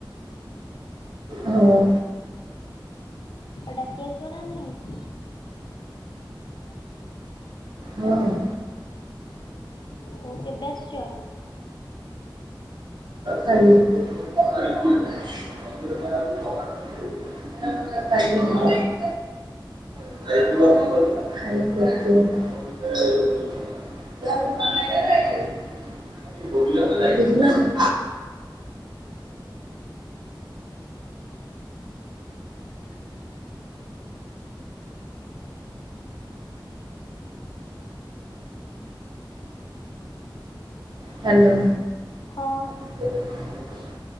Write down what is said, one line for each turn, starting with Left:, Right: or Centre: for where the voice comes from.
Right: ହଁ।
Left: ଆ ଡାକି ଆସିବ ନା ନାହିଁ।
Right: ହଁ ହଁ।
Left: ହୋଉ କେବେ ଆସୁଛ?
Right: କାଲି। <inaudible> <inaudible> <inaudible> <inaudible> <inaudible> ଶୁଭିଲା ନାଁ? ହ୍ୟାଲୋ।
Left: ହଁ।
Right: <inaudible>